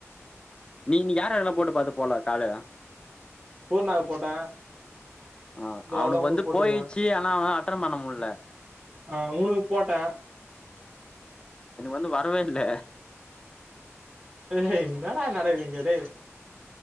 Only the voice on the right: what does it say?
பூர்ணாக்கு போட்டே
இதோ
அவளதா உனக்கு
போட்டுக்குறே
ஆ உனுக் போட்டே
டேய் இன்னாடா நடக்குது இங்க டேய்